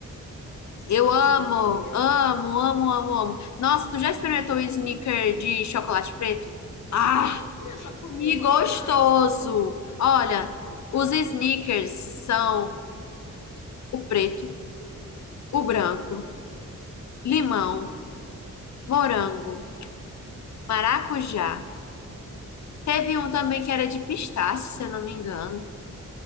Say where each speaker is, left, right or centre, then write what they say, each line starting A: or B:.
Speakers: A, on the left; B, on the left.
A: Nossa,
B: Eu amo,
A: como eu queria.
B: amo, amo, amo, amo. Nossa, tu já experimentou o sneaker de chocolate preto? Ah,
A: Minha filha, eu só comi
B: que
A: o normal.
B: gostoso!
A: Eu só
B: Olha,
A: comi o normal.
B: os sneakers são o preto, o branco, limão, morango, maracujá. Teve um também que era de pistache, se eu não me engano.